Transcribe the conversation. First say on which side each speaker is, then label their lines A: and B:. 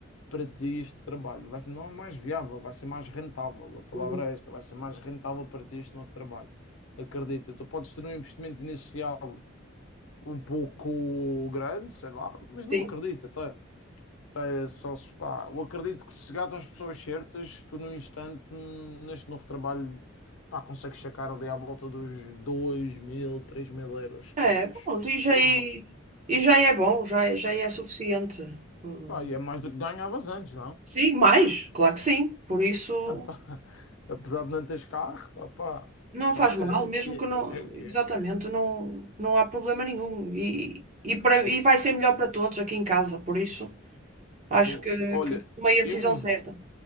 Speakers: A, on the left; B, on the right.
A: para ti este trabalho. Vai, não é mais viável, vai ser mais rentável. A palavra
B: Uhum.
A: é esta, vai ser mais rentável para ti este novo trabalho. Acredita, tu podes ter um investimento inicial um pouco grande, sei lá, mas não
B: Sim.
A: acredita, tá? Pá, é Só se, pá, eu acredito que se chegares às pessoas certas, tu num instante, hum, neste novo trabalho, pá, consegues sacar ali à volta dos dois mil, três mil euros por
B: É,
A: mês.
B: pronto, e já,
A: Por
B: e,
A: mês.
B: e já é bom, já, é- já é suficiente. Hum,
A: Pá, e é mais do que ganhavas antes, não?
B: Sim, mais, claro que sim. Por isso.
A: <laughs> Pá, apesar de não teres carro, pá, pá,
B: Não
A: olha,
B: faz mal, mesmo
A: é que
B: que não,
A: é, é
B: exatamente,
A: que é.
B: não, não há problema nenhum. E, e, para, e vai ser melhor para todos aqui em casa, por isso
A: Boa.
B: acho que,
A: Olha,
B: que tomei
A: eu
B: a decisão
A: v-
B: certa.